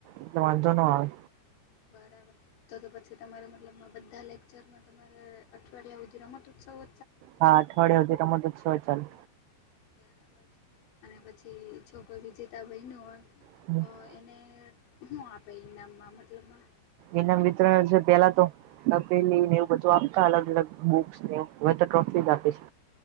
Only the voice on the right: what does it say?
એટલે વાંધો ન આવે
હા અઠવાડિયા હુધી રમત ઉત્સવ જ ચાલે.
<inaudible>
ઇનામવિતરણ છે પેલા તો તપેલી ને એવું બધું આપતા અલગ અલગ બુક્સ ને એવું હવેતો ટ્રોફી જઆપે છે.